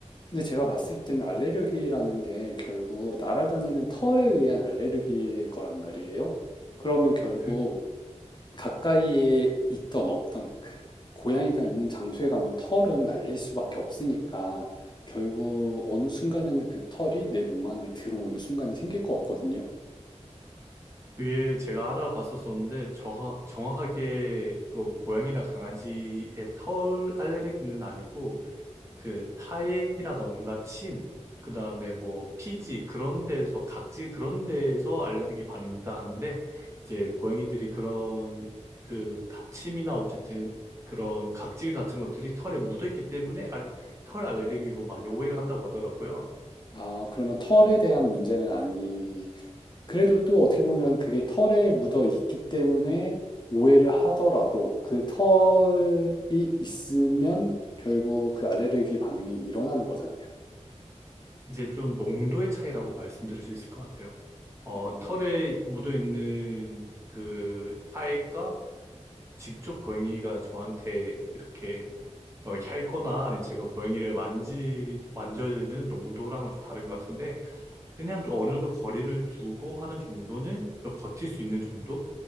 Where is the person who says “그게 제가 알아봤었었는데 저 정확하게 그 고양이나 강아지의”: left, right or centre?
Right